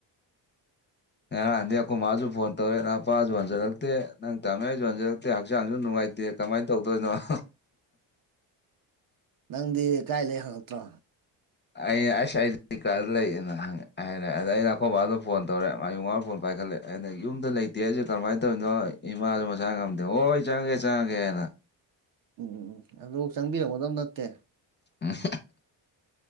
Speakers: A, on the left; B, on the right.
A: ꯉꯔꯥꯡꯗꯤ ꯑꯩꯈꯣꯏ ꯃꯥꯁꯨ ꯐꯣꯟ ꯇꯧꯔꯦ ꯅꯥꯄꯥꯁꯨ ꯍꯟꯖꯜꯂꯛꯇꯦ ꯅꯪ ꯇꯥꯃꯣ ꯌꯥꯏꯁꯨ ꯍꯟꯖꯜꯂꯛꯇꯦ ꯍꯛꯆꯥꯡꯁꯨ ꯅꯨꯡꯉꯥꯏꯇꯦ ꯀꯃꯥꯏꯅ ꯇꯧꯗꯣꯏꯅꯣ <inaudible>
B: ꯅꯪꯗꯤ ꯀꯥꯏ ꯂꯩ ꯍꯪꯉꯛꯇ꯭ꯔꯣ
A: ꯑꯩ ꯑꯩꯁ ꯑꯥꯏ ꯗꯤ ꯀꯥꯗ ꯂꯩꯌꯦꯅ ꯍꯥꯏꯔꯦ ꯑꯗ ꯑꯩꯅ ꯑꯩꯈꯣꯏꯕꯥꯗ ꯐꯣꯟ ꯇꯧꯔꯦ ꯃꯥꯌꯨ ꯉꯥꯎꯅ ꯐꯣꯟ ꯄꯥꯏꯈꯠꯂꯦ ꯑꯩꯅ ꯌꯨꯝꯗ ꯂꯩꯇꯦ ꯍꯥꯏꯁꯦ ꯀꯃꯥꯏꯅ ꯇꯧꯔꯤꯅꯣ ꯏꯃꯥꯁꯨ ꯃꯆꯥ ꯉꯝꯗꯦ ꯍꯣ ꯍꯣꯏ ꯆꯪꯉꯒꯦ ꯆꯪꯉꯒꯦꯅ
B: ꯎꯝ ꯎꯝ ꯎꯝ ꯑꯗꯨꯕꯧ ꯆꯪꯕꯤꯔꯝꯒꯗꯕ ꯅꯠꯇꯦ
A: ꯎꯝ